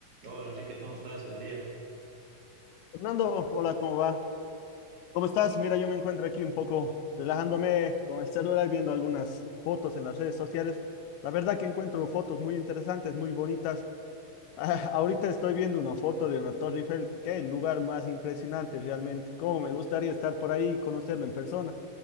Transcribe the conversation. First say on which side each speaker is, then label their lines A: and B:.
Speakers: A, on the right (about 45°); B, on the left (about 80°).
A: Hola Enrique, ¿cómo estás? Buen día.
B: Fernando, hola, ¿cómo va? ¿Cómo estás? Mira, yo me encuentro aquí un poco relajándome con el celular, viendo algunas fotos en las redes sociales. La verdad que encuentro fotos muy interesantes, muy bonitas. <laughs> ahorita estoy viendo una foto de una Torre Eiffel. Qué lugar más impresionante realmente. Cómo me gustaría estar por ahí y conocerlo en persona.